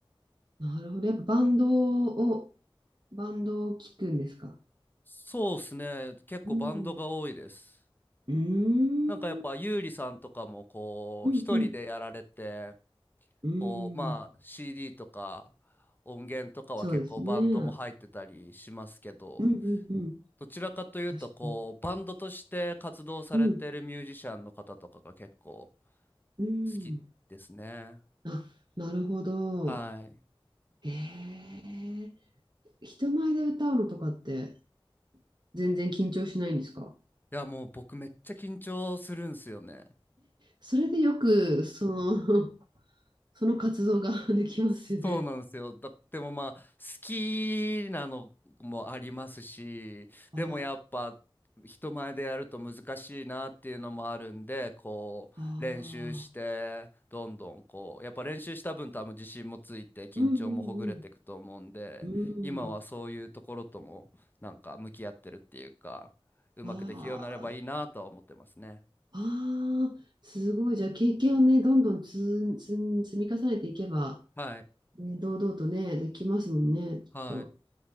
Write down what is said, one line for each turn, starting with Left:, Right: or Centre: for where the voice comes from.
Right: なるほど。やっぱバンドをバンドを聴くんですか
Left: そうですね。結構バンドが多いです。
Right: うん。うーん。
Left: なんかやっぱ、ゆうりさんとかもこう、
Right: うんうん。
Left: 一人でやられて、
Right: うーん。
Left: こう、まあ CD とか音源とかは結構バンドも入ってたりしますけど、
Right: そうですね。うんうんうん。
Left: どちらかというとこうバンドとして活動されてるミュージシャンの方とかが結構好
Right: 確かに。うん。うん。
Left: きですね。
Right: あ、なるほど。
Left: はい。い
Right: へえ。人前で歌うのとかって全然緊張しないんですか
Left: やもう僕めっちゃ緊張するんすよね。
Right: それでよく、その、<laughs> その活動が <laughs> できますよね。
Left: そうなんですよ。だでもまあ好きなのもありますしでもやっぱ人前でやると難しいなっていうのもあるんでこう練習してどんどんこうやっぱ練習した分多分自信もついて緊張もほぐれていくと思うんで今はそういうところともなんか向き合ってるっていうかうまくできるようになればいいなとは思ってますね。
Right: ああ。ああ。うんうんうん。うん。わああ、すごい。じゃあ、経験をね、どんどん積ん、積ん、積み重ねていけば、
Left: はい。
Right: ね、堂々とね、できますもんね、きっと。
Left: はい。